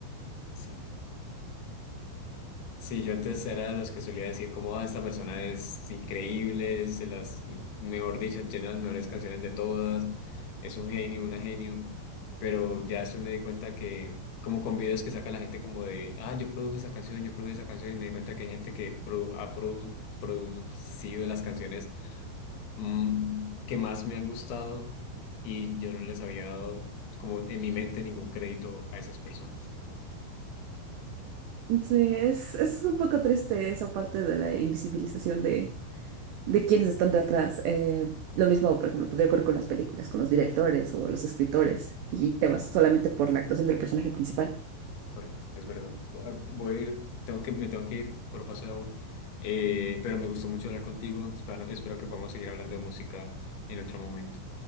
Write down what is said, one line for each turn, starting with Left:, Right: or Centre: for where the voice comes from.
Left: sí. Sí, yo antes era de los que solía decir como, ah, esta persona es increíble, se las, mejor dicho, tiene las mejores canciones de todas, es un genio, una genio. Pero ya después me di cuenta que, como con videos que saca la gente como de, ah, yo produje esa canción, yo produje esa canción, y me di cuenta que hay gente que produ- ha produ- producido las canciones mm, que más me han gustado y yo no les había dado como en mi mente ningún crédito a esas personas.
Right: Sí, es, es un poco triste esa parte de la invisibilización de, de quiénes están detrás. Eh, lo mismo, por ejemplo, podría ocurrir con las películas, con los directores o los escritores, y te vas solamente por la actuación del personaje principal.
Left: Correcto, es verdad. Voy a voy a ir, tengo que, me tengo que ir por un vaso de agua, Eh, pero me gustó mucho hablar contigo. Espero, espero que podamos seguir hablando de música en otro momento.